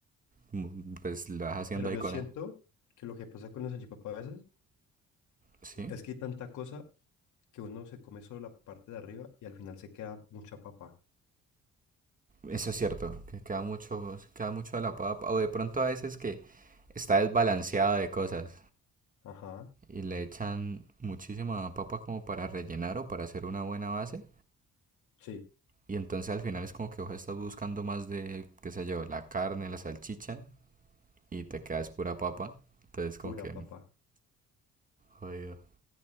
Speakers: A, on the right; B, on the left.
A: mm, pues lo vas haciendo
B: Pero yo
A: ahí con
B: siento
A: él.
B: que lo que pasa con la salchipapa a veces
A: ¿Sí?
B: es que hay tanta cosa que uno se come solo la parte de arriba y al final se queda mucha papa.
A: Eso es cierto, que queda mucho, queda mucho de la papa, o de pronto a veces que está desbalanceado de cosas.
B: Ajá,
A: y le echan muchísima papa como para rellenar o para hacer una buena base.
B: sí,
A: Y entonces al final es como que vos estás buscando más de, qué sé yo, la carne, la salchicha y te quedas pura papa. Entonces como
B: pura
A: que,
B: papa.
A: jodido.